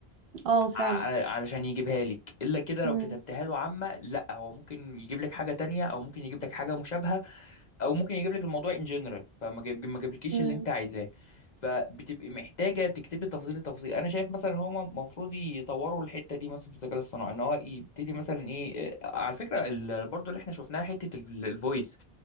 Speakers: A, on the right; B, on the left.
A: اه فعلا
B: ع- علشان يجيبها لك الا كده
A: مم.
B: لو كتبتها له عامه لا هو ممكن يجيب لك حاجه تانية او ممكن يجيب لك حاجه مشابهه او ممكن يجيب لك الموضوع ان جنرال فما جايب ما جابلكيش
A: مم.
B: اللي انت عايزاه فبتبقي محتاجه تكتبي تفاصيل التفاصيل انا شايف مثلا ان هما المفروض يطوروا الحته دي مثلا في الذكاء الاصطناعي ان هو يبتدي مثلا ايه آه، على فكره ال- برضو اللي احنا شفناها حته الفويس